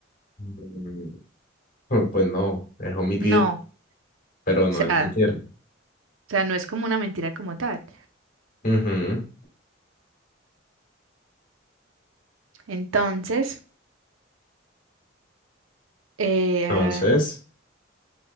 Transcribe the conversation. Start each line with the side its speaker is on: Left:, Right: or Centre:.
Left: Mm, <laughs> Pues pues no, es omitir,
Right: No.
Left: pero no
Right: o sea.
Left: es mentir.
Right: O sea, no es como una mentira como tal.
Left: Ujú.
Right: Entonces, eh,
Left: Entonces,